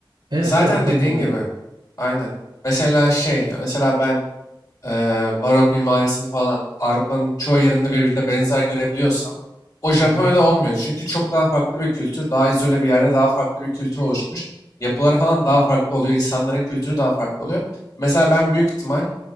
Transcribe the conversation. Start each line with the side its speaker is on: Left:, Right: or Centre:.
Right: evet
Left: E Zaten
Right: evet katılıyorum.
Left: dediğin gibi. Aynen. Mesela şey, ya mesela ben eee, barok mimarisini falan Avrupa'nın çoğu yerinde birbirine benzer görebiliyorsam o Japonya'da
Right: Hı hı.
Left: olmuyor. Çünkü çok daha farklı bir kültür, daha izole bir yerde daha farklı bir kültür oluşmuş. Yapılar falan daha farklı oluyor, insanların kültürü daha farklı oluyor. Mesela ben büyük ihtimal